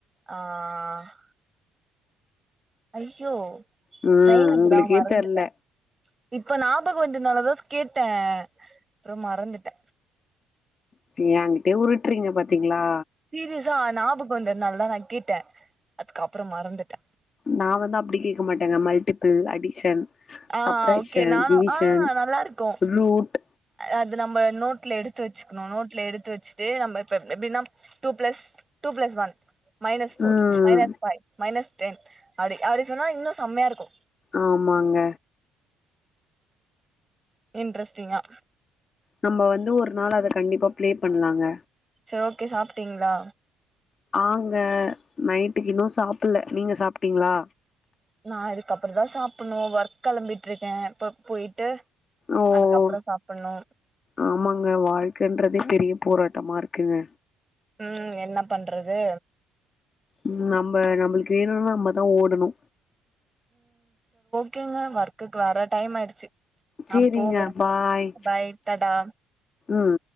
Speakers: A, on the right (about 20°); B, on the left (about 40°).
A: ஆ அ அ ஐய்யோ
B: ம்
A: சைனுக்குதா
B: உங்களுக்கே
A: மறந்துட்ட
B: தெர்ல
A: இப்ப நாபகொ வந்துனாலதா கேட்டே அப்புறம் மறந்துட்ட
B: சி எங்கிட்டே உருட்டுறீங்க பாத்தீங்களா
A: சீரியஸா நாபகொ வந்ததுனாலதா நா கேட்ட அதுக்கப்பறொ மறந்துட்ட
B: நா வந்து அப்டி கேக்க மாட்டேங்க மல்டிபிள் அடிஷன்
A: ஆ
B: சப்ராக்ஷன்
A: ஓகே நானு
B: டிவிஷன்
A: ஆ நல்லா இருக்கோ
B: ரூட்
A: அது நம்ம நோட்ல எடுத் த்து வச்சக்கணு நோட்ல எடுத்து வச்சுட்டு நம்ம ப்ப எப் எப்டின்னா two plus two plus one minus four
B: ம்
A: மைனஸ் ஃபைவ் மைனஸ் டென் அப்டி அப்டி சொன்னா இன்னு செம்மையா இருக்கு
B: ஆமாங்க
A: இன்ட்ரெஸ்ட்டிங்கா
B: நம்ம வந்து ஒரு நாள் அத கண்டிப்பா பிளே பண்ணலாங்க.
A: சர் ஓகே சாப்பிட்டீங்ளா?
B: ஆங்க நைட்டுக்கு இன்னு சாப்புல நீங்க சாப்பிட்டீங்ளா?
A: நா அதுக்கப்பறொதா சாப்டணு ஒர்க் கெளம்பிட்டுருக்க இப்ப போயிட்டு
B: ஓ
A: அதுக்கப்புற
B: ஓ
A: சாப்புட்ணு
B: ஆமாங்க வாழ்க்கன்றதே பெரிய போரா ட்டமா இருக்குங்க
A: ம் என்ன பண்றது
B: ம் நம்ம நம்மளுக்கு வேணுனா நம்மதா ஓடணு
A: கேங்க வொர்க்குக்கு வேற டைம் ஆயிடுச்சு நா
B: சேரிங்க
A: போகுற
B: பாய்
A: பாய் டாடா
B: ம்